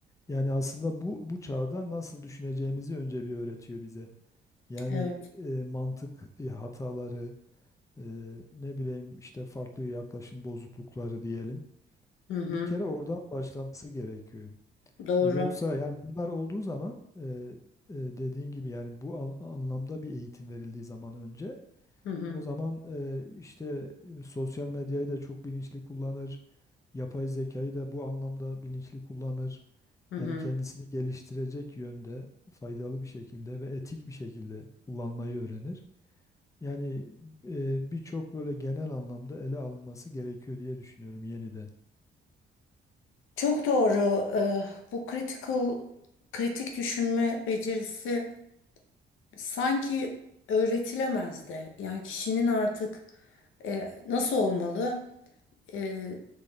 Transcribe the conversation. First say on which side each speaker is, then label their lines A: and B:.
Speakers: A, on the left; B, on the left.
A: yani aslında bu bu çağda nasıl düşüneceğimizi önce bir öğretiyor bize. Yani
B: Evet.
A: e, mantık e, hataları, e, ne bileyim işte farklı yaklaşım bozuklukları diyelim.
B: Hı hı.
A: Bir kere oradan başlaması gerekiyor.
B: Doğru.
A: E, Yoksa yani bunlar olduğu zaman e, e, dediğin gibi yani bu an- anlamda bir eğitim verildiği zaman önce
B: Hı hı.
A: o zaman e, işte e, sosyal medyayı da çok bilinçli kullanır, yapay zekayı da bu anlamda bilinçli kullanır.
B: Hı hı.
A: Yani kendisini geliştirecek yönde faydalı bir şekilde ve etik bir şekilde kullanmayı öğrenir. Yani e, birçok böyle genel anlamda ele alınması gerekiyor diye düşünüyorum yeniden.
B: Çok doğru. Ee, bu critical, kritik düşünme becerisi sanki öğretilemez de. Yani kişinin artık e, nasıl olmalı? E,